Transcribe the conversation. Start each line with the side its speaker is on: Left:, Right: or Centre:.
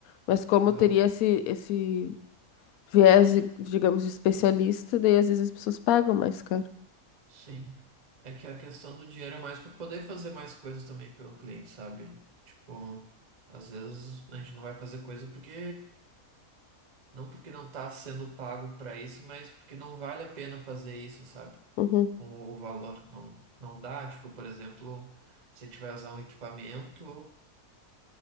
Left: Mas como
Right: aham,
Left: teria esse, esse viés, digamos, de especialista, daí às vezes as pessoas pagam mais caro.
Right: sim. É que a questão do dinheiro é mais para poder fazer mais coisas também pelo cliente, sabe? Tipo, às vezes a gente não vai fazer coisa porque Não porque não está sendo pago para isso, mas porque não vale a pena fazer isso, sabe?
Left: Uhum.
Right: Com o valor. Não, não dá. Tipo, por exemplo, se a gente vai usar um equipamento,